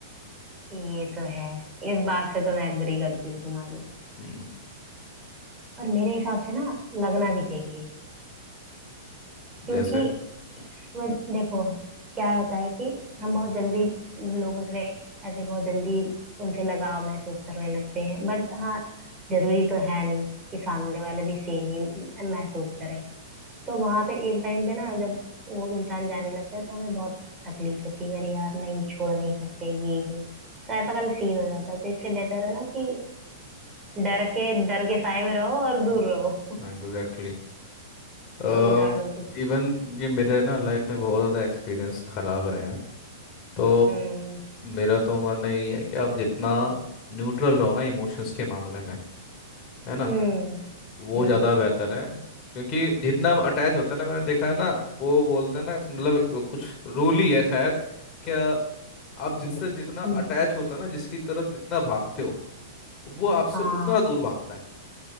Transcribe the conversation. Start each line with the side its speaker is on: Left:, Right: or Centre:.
Right: ये तो है इस बात से तो मैं एग्री करती हूँ तुम्हारी
Left: हम्म
Right: पर मेरे हिसाब से ना लगना भी चाहिए क्योंकि
Left: जैसे
Right: इस वज- देखो क्या होता है कि हम बहुत जल्दी लोगों से ऐसे बहुत जल्दी उनसे लगाव महसूस करने लगते हैं बट हाँ जरूरी तो है नहीं कि सामने वाले भी सेम ही महसूस करे तो वहां पे एक टाइम पे ना जब वो इंसान जाने लगता है तो हमें बहुत तकलीफ होती है कि अरे यार नहीं छोड़ नहीं सकते ये वो तो ऐसा वाला सीन हो जाता है तो इससे बेहतर है ना कि डर के डर के साए में रहो और दूर
Left: हाँ
Right: रहो <laughs>
Left: एग्जैक्टली अ
Right: समझा लो कुछ
Left: इवन ये मेरे ना लाइफ में बहुत ज़्यादा एक्सपीरियंस खराब रहे हैं तो
Right: हम्म
Left: मेरा तो मानना यही है कि आप जितना न्यूट्रल रहो ना इमोशंस के मामले में है ना
Right: हम्म
Left: वो
Right: हम्म
Left: ज़्यादा बेहतर है क्योंकि जितना अटैच होता है ना मैंने देखा है ना वो बोलते हैं ना मतलब एक कुछ रूल ही है शायद क्या आप जिससे जितना अटैच
Right: हम्म।
Left: होता हो ना जिसकी तरफ जितना भागते हो वो आपसे
Right: हाँ
Left: उतना दूर भागता है